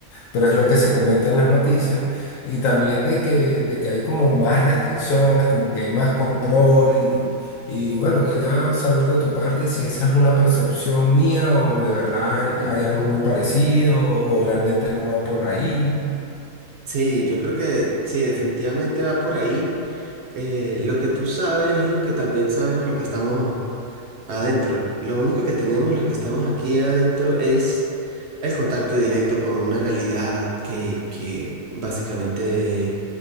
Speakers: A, on the left (about 75°); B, on the right (about 60°).
A: pero es lo que se comenta en las noticias, y también de que, de que hay como más restricciones, como que hay más control, y, y bueno, quería saber de tu parte si esa es una percepción mía o de verdad hay, hay algo muy parecido o realmente no va por ahí.
B: Sí, yo creo que sí, definitivamente va por ahí. Eh, lo que tú sabes es lo que también sabemos, lo que estamos adentro. Lo único que tenemos, lo que estamos aquí adentro, es el contacto directo con una realidad que, que básicamente